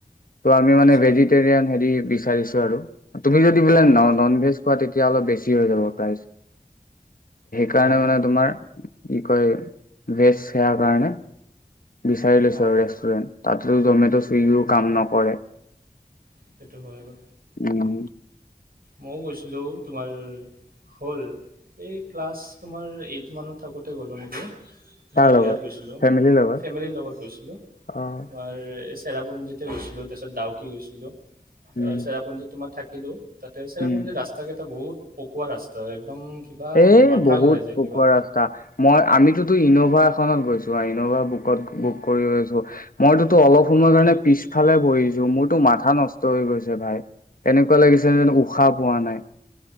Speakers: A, on the left (about 65°); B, on the right (about 80°).
A: ত, আমি মানে
B: আচ্ছা
A: ভেজিটিৰিয়ান হেৰি বিচাৰিছোঁ আৰু তুমি যদি বোলে
B: অ' অ'
A: নন ভেজ পোৱা তেতিয়া অলপ বেছি হৈ যাব প্ৰাইজ। সেইকাৰণে
B: অ' অ'
A: মানে তোমাৰ কি কয় বেচ সেৱাৰ কাৰণে বিচাৰি লৈছোঁ
B: অ
A: আৰু ৰেষ্টুৰেণ্ট। তাততো জমেট', চুইগিও কাম নকৰে।
B: সেইটো হয় বা
A: উম।
B: মইও গৈছিলো তোমাৰ হ'ল, এই ক্লাছ তোমাৰ এইট মানত থাকোঁতে গ'লো নেকি। তোমাৰ
A: কাৰ লগত
B: ইয়াত গৈছিলোঁ।
A: ফেমিলিৰ লগত।
B: ফেমিলিৰ লগত গৈছিলোঁ
A: অ'।
B: তোমাৰ এই চেৰাপুঞ্জিত গৈছিলো, তাৰপিছত ডাউকী গৈছিলোঁ।
A: উম,
B: চেৰাপুঞ্জী তোমাৰ থাকিলোঁ তাতে চেৰাপুঞ্জী
A: উম।
B: ৰাস্তা ৰাস্তা কেইটা বহুত পকোৱা ৰাস্তা একদম কিবা
A: এ
B: মাথা
A: বহুত
B: ঘূৰাই যায়
A: পকোৱা
B: কিবা
A: ৰাস্তা। মই, আমিতোতো ইন'ভা এখনত আৰু ইনোভা বুকত
B: উম,
A: বুক কৰি গৈছোঁ। মইতোতো অলপ সময় কাৰণে পিছফালে বহিছোঁ। মোৰতো মাথা নষ্ট হৈ গৈছে ভাই তেনেক এনেকুৱা লাগিছে যে উশাহ পোৱা নাই।